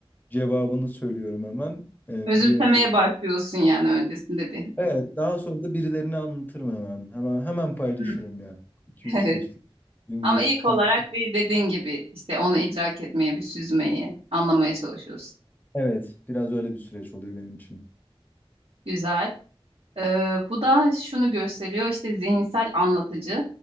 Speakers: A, on the left; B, on the right.
A: cevabını söylüyorum hemen E,
B: Özümsemeye
A: bir önceki.
B: başlıyorsun yani öncesinde bir.
A: Evet daha sonra da birilerine anlatırım hemen. Hemen hemen paylaşırım
B: Hmm,
A: yani. iki
B: <laughs>
A: üç
B: Evet.
A: geçtik gün
B: Ama
A: geçtikten
B: ilk olarak bir dediğin gibi işte onu idrak etmeye, bir süzmeye, anlamaya çalışıyorsun.
A: Evet, biraz öyle bir süreç oluyor benim için.
B: Güzel. Ee, bu da şunu gösteriyor işte zihinsel anlatıcı.